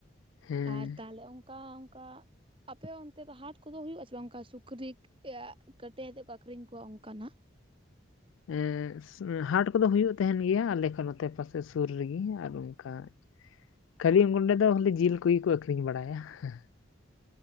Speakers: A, on the left; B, on the right.
A: ᱦᱮᱸ
B: ᱟᱨ ᱛᱟᱦᱚᱞᱮ ᱚᱱᱠᱟ ᱚᱱᱠᱟᱼᱼ ᱟᱯᱮ ᱚᱱᱛᱮ ᱫᱚ ᱦᱟᱴ ᱠᱚᱫᱚ ᱦᱩᱭᱩᱜ-ᱟ ᱥᱮ ᱵᱟᱝ ᱚᱱᱠᱟ ᱥᱩᱠᱨᱤ ᱠᱮᱻᱭᱮ ᱠᱟᱴᱮᱡ ᱟᱛᱮᱜ ᱠᱚ ᱟᱠᱷᱨᱤᱧ ᱠᱚᱣᱟ ᱚᱱᱠᱟ ᱱᱟᱦᱟᱸᱜ᱾
A: ᱦᱮᱸᱥᱻ- ᱮᱥ ᱦᱟᱴ ᱠᱚᱫᱚ ᱦᱩᱭᱩᱜ ᱛᱮᱦᱮᱱ ᱜᱮᱭᱟ ᱟᱞᱮ ᱠᱷᱚᱱ ᱱᱚᱛᱮ ᱯᱟᱥᱮ ᱥᱩᱨ ᱨᱮᱜᱤ ᱟᱨ ᱚᱱᱠᱟᱼᱼ ᱠᱷᱟᱹᱞᱤ ᱚᱝᱜᱚᱰᱮ ᱫᱚ ᱠᱷᱟᱹᱞᱤ ᱡᱤᱞ ᱠᱩᱜᱤ ᱠᱩ ᱟᱹᱠᱷᱨᱤᱧ ᱵᱟᱲᱟᱭᱟ ᱦᱮᱸᱦᱮᱸ,